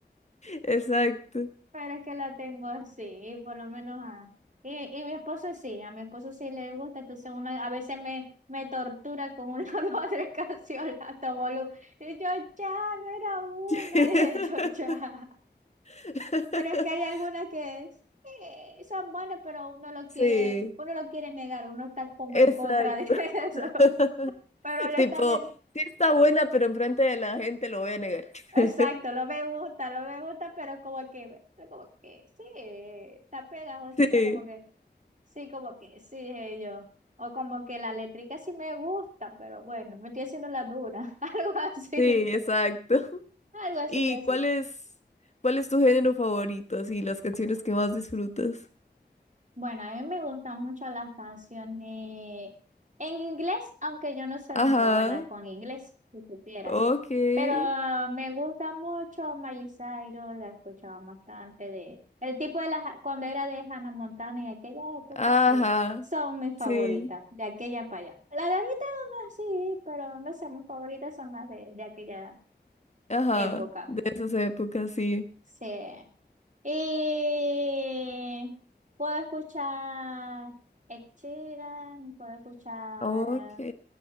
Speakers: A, on the left; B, on the right.
A: exacto.
B: Pero es que la tengo así, y por lo menos a... Y, y mi esposo sí, a mi esposo sí le gusta, entonces uno a veces me, me tortura con una <laughs> o tres canciones <laughs> a todo volu- Y yo, ya, no era una,
A: <laughs>
B: <laughs> dije yo, ya.
A: <laughs>
B: Pero es que hay algunas que sí, son buenas, pero uno lo
A: Sí,
B: quiere, uno lo quiere negar, uno está como
A: exacto.
B: en contra de <laughs> eso.
A: <laughs> <laughs>
B: Pero le
A: Tipo,
B: está, met-
A: sí está buena, pero enfrente de la gente lo voy a negar.
B: Exacto,
A: <laughs>
B: lo me gusta, lo me gusta, pero como que, bueno, pero como que sí, está pegajosita,
A: Sí,
B: como que sí, como que sí, dije yo. O como que la eléctrica sí me gusta, pero bueno, me estoy haciendo la dura, <laughs> algo así,
A: sí, exacto.
B: algo así
A: ¿Y
B: yo sí.
A: cuál es, cuál es tu género favorito? Así, las canciones que más disfrutas.
B: Bueno, a mí me gustan mucho las canciones en inglés, aunque yo no soy
A: Ajá,
B: muy buena con inglés, si supieras.
A: ok,
B: Pero me gusta mucho Miley Cyrus, la escuchaba bastante de... El tipo de las... Cuando era de Hannah Montana en aquella época,
A: ajá,
B: sí, son mis favoritas,
A: sí,
B: de aquella para allá. La de ahorita no, sí, pero no sé, mis favoritas son las de, de aquella
A: ajá,
B: época.
A: de esas épocas, sí.
B: Sí. Y puedo escuchar Ed Sheeran, puedo escuchar
A: Ok,
B: eh,